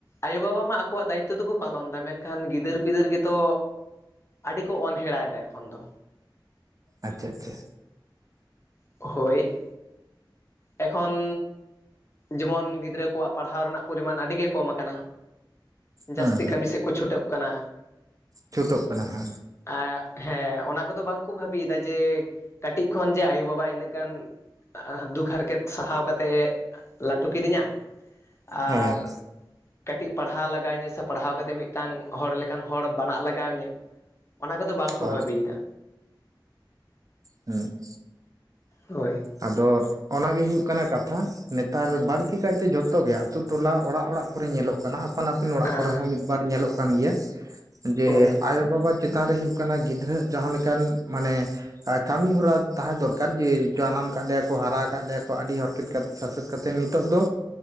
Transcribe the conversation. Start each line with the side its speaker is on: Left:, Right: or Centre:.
Left: ᱟᱭᱳᱼᱵᱟᱵᱟ ᱢᱟ ᱟᱠᱚᱣᱟᱜ ᱫᱟ. ᱭᱤᱛᱛᱚ ᱫᱚᱠᱚ ᱯᱟᱞᱚᱱᱫᱟ ᱢᱮᱱᱠᱷᱟᱱ ᱜᱤᱫᱟᱹᱨ ᱯᱤᱫᱟᱹᱨ ᱜᱮᱛᱚ ᱟᱹᱰᱤ ᱠᱚ ᱚᱱᱦᱮᱲᱟᱭᱮᱫᱟ ᱮᱠᱷᱚᱱ ᱫᱚ
Right: ᱟᱪᱪᱷᱟ ᱟᱪᱪᱷᱟ
Left: ᱦᱳᱭ ᱮᱠᱷᱚᱱ ᱡᱮᱢᱚᱱ ᱜᱤᱫᱽᱨᱟᱹ ᱠᱚᱣᱟᱜ ᱯᱟᱲᱦᱟᱣ ᱨᱮᱱᱟᱜ ᱯᱚᱨᱤᱢᱟᱱ ᱟᱹᱰᱤ ᱜᱮ ᱠᱚᱢ ᱠᱟᱱᱟ
Right: ᱦᱩᱸ
Left: ᱡᱟᱹᱥᱛᱤ ᱠᱟᱹᱢᱤ ᱥᱮᱫ ᱠᱚ ᱪᱷᱩᱴᱟᱹᱜ ᱠᱟᱱᱟ
Right: ᱪᱷᱩᱴᱚᱜ ᱠᱟᱱᱟ ᱦᱟ
Left: ᱮ ᱦᱮᱸ ᱚᱱᱟ ᱠᱚᱫᱚ ᱵᱟᱝ ᱠᱚ ᱵᱷᱟᱹᱵᱤᱭᱮᱫᱟ ᱡᱮ. ᱠᱟᱹᱴᱤᱡᱽ ᱠᱷᱚᱱ ᱡᱮ ᱟᱭᱳᱼ ᱵᱟᱵᱟ ᱤᱱᱟᱹᱜ ᱜᱟᱱᱼ- ᱫᱩᱠ ᱦᱟᱨ ᱠᱮᱛ ᱥᱟᱦᱟᱣ ᱠᱟᱛᱮᱫ ᱞᱟᱹᱴᱩ ᱠᱤᱫᱤᱧᱟ ᱟᱨ
Right: ᱦᱮᱸ
Left: ᱠᱟᱹᱴᱤᱡᱽ ᱯᱟᱲᱦᱟᱣ ᱞᱟᱜᱟᱣ ᱤᱧᱟᱹ ᱥᱮ ᱯᱟᱲᱦᱟᱣ ᱠᱟᱛᱮᱫ ᱢᱤᱫᱴᱟᱝ ᱦᱚᱲ ᱞᱮᱠᱟᱱ ᱦᱚᱲ ᱵᱮᱱᱟᱜ ᱞᱟᱜᱟᱣ ᱤᱧᱟᱹ ᱚᱱᱟ ᱠᱚᱫᱚ ᱵᱟᱝᱠᱚ
Right: ᱦᱳᱭ
Left: ᱵᱷᱟᱹᱵᱤᱭᱮᱫᱟ
Right: ᱦᱮᱸ
Left: ᱦᱳᱭ
Right: ᱟᱫᱚ ᱚᱱᱟ ᱜᱮ ᱦᱩᱭᱩᱜ ᱠᱟᱱᱟ ᱠᱟᱛᱷᱟ ᱱᱮᱛᱟᱨ ᱵᱟᱹᱲᱛᱤ ᱠᱟᱭᱛᱮ ᱡᱷᱚᱛᱚ ᱜᱮ ᱟᱹᱛᱩ ᱴᱚᱞᱟ ᱚᱲᱟᱜ ᱚᱲᱟᱜ ᱠᱚᱨᱮ ᱧᱮᱞᱚᱜ ᱠᱟᱱᱟ ᱟᱯᱟᱱ ᱟᱹᱯᱤᱱ ᱚᱲᱟᱜ
Left: ᱦᱮᱸ
Right: ᱠᱚᱨᱮ ᱦᱚᱸ ᱢᱤᱫ ᱵᱟᱨ ᱧᱮᱞᱚᱜ ᱠᱟᱱ ᱜᱮᱭᱟ ᱡᱮ
Left: ᱦᱳᱭ
Right: ᱟᱭ ᱳ ᱵᱟᱵᱟ ᱪᱮᱛᱟᱱ ᱨᱮ ᱦᱩᱭᱩᱜ ᱠᱟᱱᱟ ᱜᱤᱫᱽᱨᱟᱹ ᱡᱟᱦᱟᱸ ᱞᱮᱠᱟᱱ ᱢᱟᱱᱮ ᱟᱨ ᱠᱟᱹᱢᱤ ᱦᱚᱨᱟ ᱛᱟᱦᱮᱸ ᱫᱚᱨᱠᱟᱨ ᱡᱮ ᱡᱟᱱᱟᱢ ᱠᱟᱫ ᱞᱮᱭᱟ ᱠᱚ ᱦᱟᱨᱟ ᱟᱠᱟᱫ ᱞᱮᱭᱟ ᱠᱚ ᱟᱹᱰᱤ ᱦᱚᱨᱠᱮᱛ ᱠᱟᱛᱮ ᱥᱟᱥᱮᱛ ᱠᱟᱛᱮ ᱱᱤᱛᱚᱜ ᱫᱚ